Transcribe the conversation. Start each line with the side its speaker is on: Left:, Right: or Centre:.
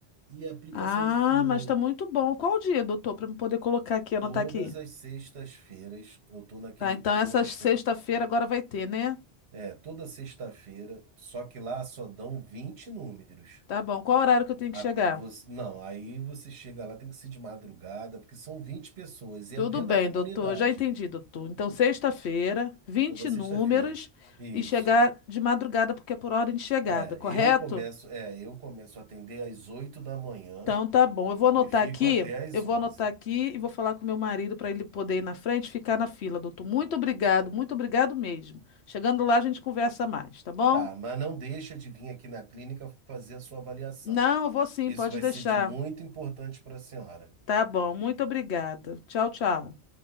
Right: e a aplicação
Left: Ah,
Right: de flúor.
Left: mas tá muito bom. Qual o dia, doutor, para eu poder colocar aqui, anotar
Right: Todas
Left: aqui?
Right: as sextas-feiras eu tô naquele
Left: Tá, então
Right: posto,
Left: essa sexta-feira agora vai ter, né?
Right: é, toda sexta-feira, só que lá só dão 20 números.
Left: Tá bom. Qual horário que eu tenho que
Right: A-
Left: chegar?
Right: você- não, aí você chega lá, tem que ser de madrugada, porque são 20 pessoas e
Left: Tudo
Right: é dentro
Left: bem,
Right: da comunidade,
Left: doutor. Já entendi, doutor. Então, sexta-feira, 20
Right: toda sexta-feira.
Left: números
Right: Isso.
Left: e chegar de madrugada, porque é por ordem de chegada,
Right: É,
Left: correto?
Right: eu começo, é, eu começo a atender às 8 da manhã
Left: Então, tá bom. Eu vou anotar
Right: e fico
Left: aqui,
Right: até às
Left: eu vou
Right: 11.
Left: anotar aqui e vou falar com meu marido para ele poder ir na frente e ficar na fila, doutor. Muito obrigado, muito obrigado mesmo. Chegando lá, a gente conversa mais, tá bom?
Right: Tá, mas não deixa de vir aqui na clínica fazer a sua avaliação.
Left: Não, eu vou sim,
Right: Isso
Left: pode
Right: vai
Left: deixar.
Right: ser de muito importante para a senhora.
Left: Tá bom, muito obrigada. Tchau, tchau.